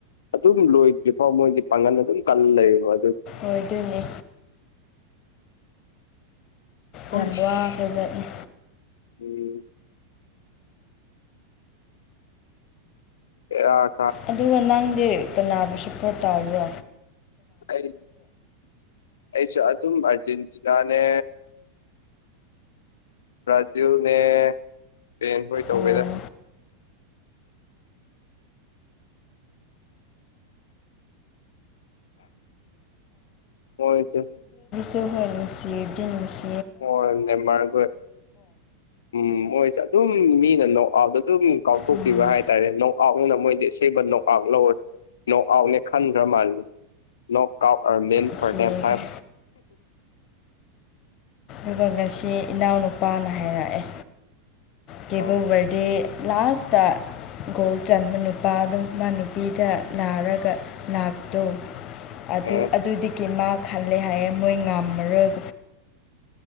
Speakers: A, on the left; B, on the left.
A: ꯑꯗꯨꯝ ꯂꯣꯏꯗ꯭ꯔꯤ ꯐꯣ ꯃꯣꯏꯗꯤ ꯄꯥꯡꯒꯟ ꯑꯗꯨꯝ ꯀꯜ ꯂꯩꯕ
B: ꯑꯣꯏꯗꯣꯏꯅꯦ ꯌꯥꯝ
A: ꯑꯁ
B: ꯋꯥꯈ꯭ꯔꯖꯥꯠꯅꯤ
A: ꯎꯝ ꯑ
B: ꯑꯗꯨꯒ ꯅꯪꯗꯤ ꯀꯅꯥꯕꯨ ꯁꯄꯣ ꯇꯥꯒꯣ
A: ꯑꯩ ꯑꯩꯁꯨ ꯇꯝ ꯑꯔꯖꯦꯟꯇꯤꯅꯥꯅꯦ ꯕ꯭ꯔꯥꯖꯤꯜꯅꯦ ꯏꯁꯄꯦꯟ ꯍꯣꯏ ꯇꯧꯧꯕꯦꯗ
B: ꯑꯣ
A: ꯍꯣꯏ ꯆ
B: ꯍ ꯅꯨꯡꯁꯤꯗꯤ ꯅꯨꯅꯨꯡꯁꯤ
A: ꯑꯣ ꯅꯦꯃꯔꯒꯣꯏ ꯎꯝ ꯑꯣꯏ ꯆꯠ ꯑꯗꯨꯝ ꯃꯤꯅ ꯂꯣꯛ ꯑꯥꯎꯗ ꯑꯗꯨꯝ ꯀꯥꯎꯊꯣꯛꯄꯤꯕ
B: ꯎꯝ
A: ꯍꯥꯏꯇꯥꯔꯦꯣꯛ ꯑꯥꯎꯠꯅꯤꯅ ꯃꯣꯏꯗꯤ ꯑꯁꯦꯕ ꯅꯣꯛ ꯑꯥꯎꯠ ꯂꯧꯔꯦ ꯅꯣꯛ ꯑꯥꯎꯠꯅꯦ ꯈꯟꯈ꯭ꯔ ꯃꯥꯜꯂꯦ ꯅꯣꯛ ꯑꯥꯎꯠ ꯑꯣ ꯃ
B: ꯁꯤꯈ꯭ꯔꯦ
A: ꯄ꯭ꯔꯣꯗꯝ ꯍꯥꯏ
B: ꯑꯗꯨꯒ ꯉꯁꯤ ꯏꯅꯥꯎꯅꯨꯄꯥꯅ ꯍꯥꯏꯔꯛꯑꯦ ꯗꯦꯕ
A: ꯑ
B: ꯑꯣꯐ ꯕꯔꯗꯦ ꯂꯥꯁꯇ ꯒꯣꯜ ꯆꯟꯕ ꯅꯨꯄꯥꯗꯣ ꯃꯥ ꯅꯨꯄꯤꯗ ꯂꯅꯥꯔꯒ ꯂꯥꯛꯇꯨ ꯑꯗꯨ
A: ꯑ
B: ꯑꯗꯨꯗꯒꯤ ꯃꯥ ꯈꯜꯂꯦ ꯍꯥꯏꯌꯦꯦ ꯃꯣꯏ ꯉꯝꯃꯔꯣꯏ